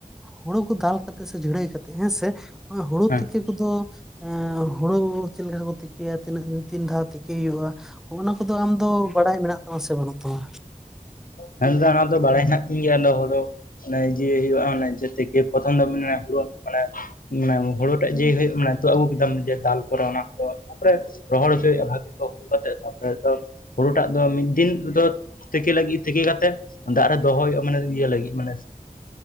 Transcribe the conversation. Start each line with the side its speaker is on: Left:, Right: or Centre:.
Centre: ᱦᱩᱲᱩ ᱠᱚ ᱫᱟᱞ ᱠᱟᱛᱮᱜ ᱥᱮ ᱡᱷᱟᱲᱟᱹᱭ ᱠᱟᱛᱮᱜ ᱦᱮᱸ ᱥᱮ ᱦᱩᱲᱩ
Left: ᱦᱮᱸ
Centre: ᱛᱤᱠᱮ ᱠᱚᱫᱚ ᱦᱮᱸ ᱦᱩᱲᱩ ᱪᱮᱫ ᱞᱮᱠᱟ ᱠᱚ ᱛᱤᱠᱤᱭᱟ ᱛᱤᱱᱟᱹᱜ ᱫᱤᱱ ᱛᱤᱱ ᱫᱷᱟᱣ ᱛᱤᱠᱤᱭ ᱦᱩᱭᱩᱜ-ᱟ, ᱦᱚᱸᱜ-ᱱᱟ ᱠᱚᱫᱚ ᱟᱢ ᱫᱚ ᱵᱟᱲᱟᱭ ᱢᱮᱱᱟᱜ ᱛᱟᱢᱟ ᱥᱮ ᱵᱟᱹᱱᱩᱜ ᱛᱟᱢᱟ?
Left: ᱦᱮᱸ ᱫᱟᱫᱟ ᱚᱱᱟ ᱫᱚ ᱵᱟᱲᱟᱭ ᱦᱮᱱᱟᱜ ᱛᱤᱧ ᱜᱮᱭᱟ ᱟᱫᱚ ᱚᱫᱚ ᱚᱱᱮ ᱡᱮ ᱤᱭᱟᱹ ᱦᱩᱭᱩᱜ-ᱟ ᱚᱱᱮ ᱡᱮ ᱛᱮᱠᱮ ᱯᱨᱚᱛᱷᱚᱢ ᱫᱚ ᱢᱟᱱᱮ ᱯᱩᱨᱟ ᱢᱟᱱᱮ ᱚᱱᱮ ᱦᱩᱲᱩ ᱴᱟᱜ ᱡᱮ ᱦᱩᱭᱩᱜ ᱢᱟᱱᱮ ᱱᱤᱛᱚᱜ ᱟᱹᱜᱩ ᱠᱮᱫᱟᱢ ᱡᱮ ᱫᱟᱞ ᱯᱚᱨᱮ ᱚᱱᱟ ᱛᱟᱨ ᱯᱚᱨᱮ ᱨᱚᱦᱚᱲ ᱦᱚᱪᱚᱭ ᱵᱷᱟᱜᱤ ᱠᱚ <unintelligible> ᱛᱟᱨᱯᱚᱨᱮ ᱦᱩᱲᱩ ᱴᱟᱜ ᱫᱚ ᱢᱤᱫ ᱫᱤᱱ ᱫᱚ ᱛᱤᱠᱮ ᱞᱟᱹᱜᱤᱫ ᱛᱤᱠᱮ ᱠᱟᱛᱮᱜ ᱫᱟᱜ ᱨᱮ ᱫᱚᱦᱚ ᱦᱩᱭᱩᱜ-ᱟ ᱢᱟᱱᱮ ᱤᱭᱟᱹ ᱞᱟᱹᱜᱤᱜ ᱢᱟᱱᱮ